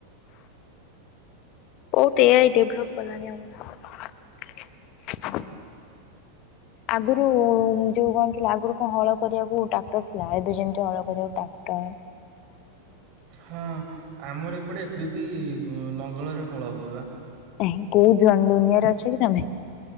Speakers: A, on the left (about 40°); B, on the right (about 40°).
A: ବହୁତ ଏ ଆଇ ଡେଭଲପ କଲାଣି ଆମର ଆଗରୁ ଯୋଉ କଣ ଥିଲା ଆଗରୁ କଣ ହଳ କରିବାକୁ ଟ୍ରାକ୍ଟର ଥିଲା ଏବେ ଜେମତି ହଳ କରିବାକୁ ଟାକ୍ଟର।
B: ହଁ ଆମର ଏପଟେ ଏବେ ବି ହଁ ଲଙ୍ଗଳରେ ହଳ ହେଉଛିବା।
A: ହେଃ କୋଉ ଜନ ଦୁନିଆରେ ଅଛି କି ତମେ?